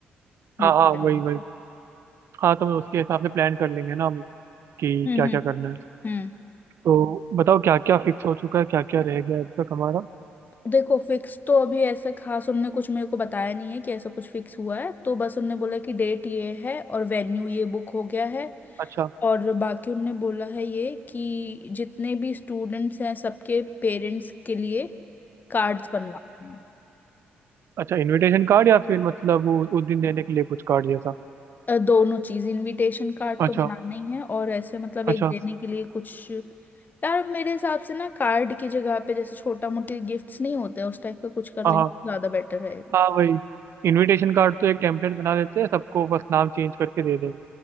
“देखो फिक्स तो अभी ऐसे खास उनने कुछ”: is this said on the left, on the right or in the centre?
Left